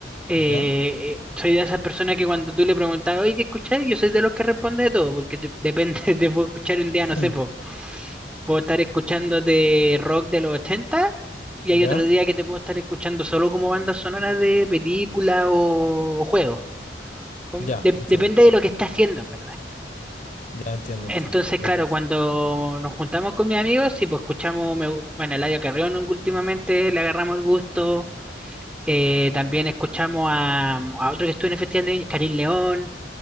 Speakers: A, in the centre; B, on the left.
A: eh,
B: ¿Ya?
A: eh, soy de esas personas que cuando tú le preguntas, oye, ¿qué escucháis? Yo soy de los que responde de todo, porque te- depende, <laughs> te puedo escuchar un día,
B: <laughs>
A: no sé, po, puedo estar escuchando de rock de los 80 y
B: ¿Ya?
A: hay otro día que te puedo estar escuchando solo como banda sonora de película o, o juego. Con-
B: Ya,
A: de-
B: entiendo.
A: depende de lo que esté haciendo, en verdad.
B: Ya entiendo, entiendo.
A: Entonces,
B: De
A: claro,
B: paso.
A: cuando nos juntamos con mis amigos, sí, pues escuchamos, me- bueno, Eladio Carrión últimamente, le agarramos el gusto, eh, también escuchamos a, a otro que estuvo en el festival de Karim León.